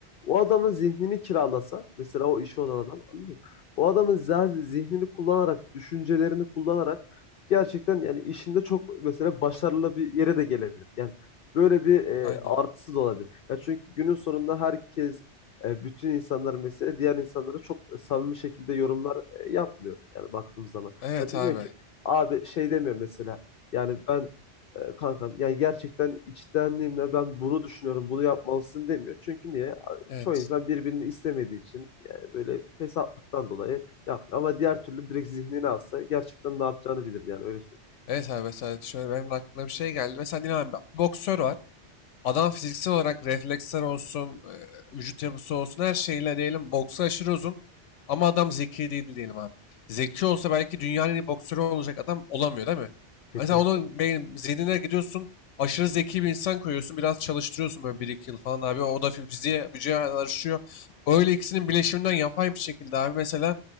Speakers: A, on the left (about 60°); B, on the left (about 80°).
A: O adamın zihnini kiralasa mesela o işi olan adam anladın mı? O adamın zih- zihnini kullanarak, düşüncelerini kullanarak gerçekten yani işinde çok mesela başarılı bir yere de gelebilir. Yani böyle bir e,
B: Aynen.
A: artısı da olabilir. Ya çünkü günün sonunda herkes e, bütün insanlar mesela diğer insanlara çok e, samimi şekilde yorumlar yapmıyor yani baktığımız zaman.
B: Evet
A: Ya demiyor
B: abi.
A: ki abi şey demiyor mesela yani ben e, kankam yani gerçekten içtenliğimle ben bunu düşünüyorum bunu yapmalısın demiyor. Çünkü niye? A-
B: Evet.
A: Çoğu insan birbirini istemediği için yani böyle fesatlıktan dolayı yapmıyor. Ama diğer türlü direkt zihnine alsa gerçekten ne yapacağını bilir yani öyle söyleyeyim.
B: Evet abi mesela şöyle benim de aklıma bir şey geldi. Mesela diyelim abi, bir boksör var. Adam fiziksel olarak refleksler olsun, e, vücut yapısı olsun her şeyle diyelim boksu aşırı uzun ama adam zeki değil diyelim abi. Zeki olsa belki dünyanın en iyi boksörü olacak adam olamıyor değil mi?
A: Kesinlikle
B: Mesela onun beyin, zihnine gidiyorsun aşırı zeki bir insan koyuyorsun biraz çalıştırıyorsun böyle 1-2 yıl falan abi o da fi- fiziğe vücuda alışıyor. Öyle ikisinin bileşiminden yapay bir şekilde abi mesela